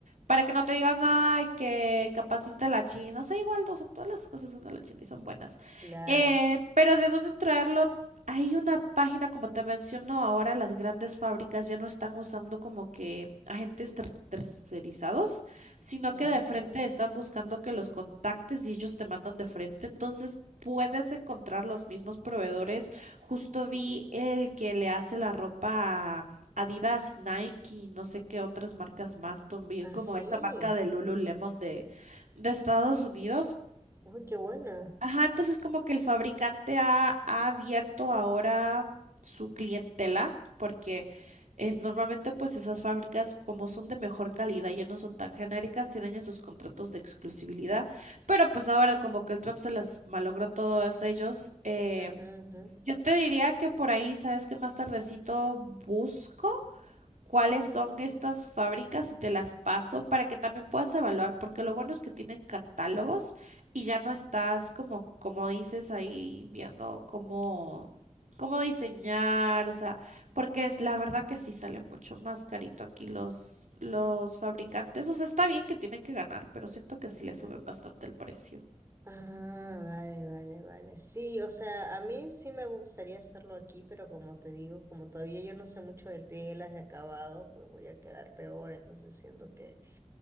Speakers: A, on the right; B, on the right.
A: para que no te digan, ay, que capaz es de la China. O sea, igual, o sea, todas las cosas son de la China y son buenas.
B: Claro.
A: Eh, pero ¿de dónde traerlo? Hay una página, como te menciono ahora, las grandes fábricas ya no están usando como que agentes ter- tercerizados, sino
B: Ajá.
A: que de frente están buscando que los contactes y ellos te mandan de frente. Entonces puedes encontrar los mismos proveedores Justo vi el que le hace la ropa a Adidas, Nike, no sé qué otras marcas más, también
B: Así.
A: como esta marca de Lululemon de, de Estados Unidos.
B: Uy, qué buena.
A: Ajá, entonces como que el fabricante ha, ha abierto ahora su clientela, porque eh, normalmente pues esas fábricas como son de mejor calidad y no son tan genéricas, tienen esos contratos de exclusividad, pero pues ahora como que el Trump se las malogró a todos ellos, eh,
B: Ujú, ujú,
A: yo te diría que por ahí, sabes que más tardecito busco cuáles
B: ujú,
A: son
B: ujú,
A: estas fábricas y te las paso para que también puedas evaluar, porque lo bueno es que tienen catálogos y ya no estás como, como dices ahí viendo cómo, cómo diseñar, o sea, porque es la verdad que sí sale mucho más carito aquí los, los fabricantes. O sea, está bien que tienen que ganar, pero siento que sí le
B: ujú.
A: suben bastante el precio.
B: Ah, vale, vale, vale. Sí, o sea, a mí sí me gustaría hacerlo aquí, pero como te digo, como todavía yo no sé mucho de telas, de acabados, pues voy a quedar peor, entonces siento que,